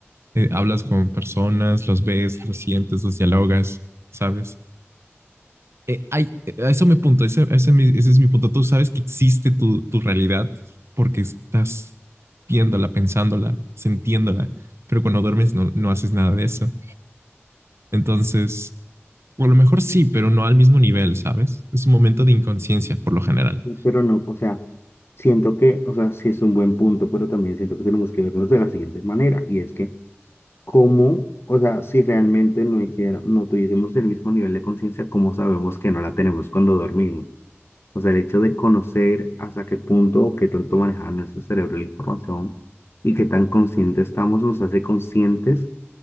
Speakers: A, on the right; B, on the left.
A: eh, hablas con personas, los ves, los sientes, los dialogas, ¿sabes? Eh, ay, eh, eso me punto, ese, ese, es mi- ese es mi punto. Tú sabes que existe tu, tu realidad porque estás viéndola, pensándola, sintiéndola, pero cuando duermes no, no haces nada de eso. Entonces, o a lo mejor sí, pero no al mismo nivel, ¿sabes? Es un momento de inconsciencia por lo general.
B: pero no, o sea, siento que, o sea, sí es un buen punto, pero también siento que tenemos que vernos de la siguiente manera, y es que, ¿cómo, o sea, si realmente no hiciera, no tuviésemos el mismo nivel de conciencia, cómo sabemos que no la tenemos cuando dormimos? O sea, el hecho de conocer hasta qué punto o qué tanto maneja nuestro cerebro la información y qué tan conscientes estamos nos hace conscientes